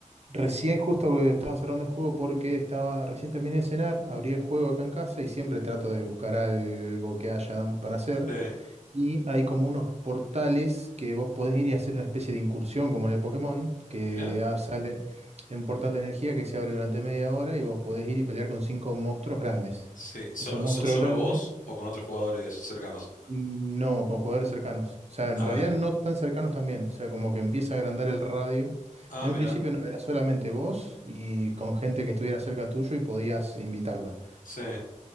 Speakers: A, on the right; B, on the left.
A: recién justo que estaba cerrando el juego porque estaba, recién terminé de cenar, abrí el juego acá en casa y siempre trato de buscar algo que haya dan- para hacer.
B: Sí.
A: Y hay como unos portales que vos podés ir y hacer una especie de incursión, como en el Pokémon, que
B: Mirá.
A: ah, sale un portal de energía que se abre durante media hora y vos podés ir y pelear con cinco monstruos grandes.
B: Sí. ¿Solo,
A: Esos monstruos
B: so- solo
A: grandes,
B: vos o con otros jugadores cercanos?
A: mm, no, con jugadores cercanos. O sea, en
B: Ah,
A: realidad
B: mirá.
A: no tan cercanos también. O sea, como que empieza a agrandar el radio.
B: Ah,
A: En
B: mirá.
A: un principio no era solamente vos y con gente que estuviera cerca tuyo y podías invitarla.
B: Sí. Qué